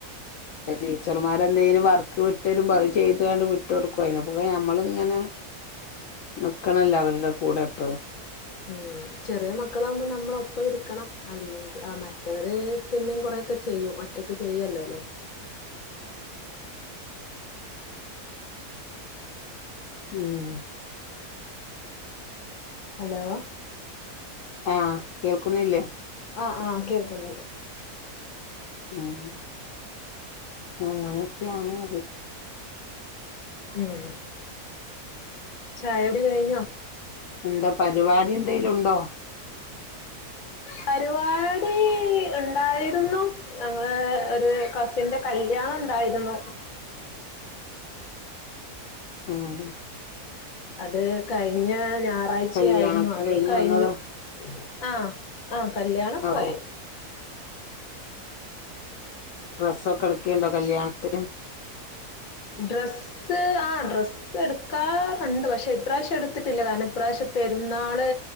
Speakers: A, on the left; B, on the left.
A: ടീച്ചർമാർ ന്തെങ്കിലും വർക്ക് വിട്ട് തരുമ്പോ അത് ചെയ്ത് ങ്ങട് വിട്ട് കൊടുക്കും അതിന്റെ ക്കു ടെ നമ്മ ളങ്ങനെ നികണല്ലോ അവരുടെ കൂടെ <unintelligible>
B: മ്മ് ചെറിയ മക്കളാമ്പോ നമ്മൾ ഒപ്പം ഇരികണം അല്ലെങ്കി മറ്റവര് പിന്നേം കൊറേയോക്കാ ചെയ്യും ഒറ്റക് ചെയ്യും അല്ലെ
A: മ്മ്
B: ഹലോ
A: ആഹ് കേൾക്കുന്നില്ലേ
B: ആ ആ കേൾക്കുന്നുണ്ട്
A: മ്മ് മ്മ് അങ്ങനൊക്ക <unintelligible>
B: മ്മ് ചായകുടി കഴിഞ്ഞോ?
A: ന്ത പരുപാടി ന്തേലും ഒണ്ടോ
B: പരുപാടി ഒണ്ടായിരുന്നു ആ... ഒരു കസിന്റെ കല്യാണോണ്ടാരുന്നു.
A: മ്മ്.
B: അത് കഴിഞ്ഞ ഞ നാറാഴ്ച്ച
A: കല്യാണൊക്കെ
B: ആരുന്നു അത്
A: കഴിഞ്ഞ്
B: കയിഞ്ഞു.
A: വന്നതാ
B: ആ അ കല്യാണോക
A: ഓ
B: കയിഞ്ഞു.
A: ഡ്രസ്സ്‌ ഒക്കെ എടുക്കെ ഒണ്ടോ കല്യാണത്തിന്
B: ഡ്രസ്സ് ആ ഡ്രസ്സ് എടുക്കാറുണ്ട് പക്ഷെ ഇപ്രാശ്യം എടുത്തിട്ടില്ല കാരണം ഇപ്രാശ്യം പെരുന്നാള്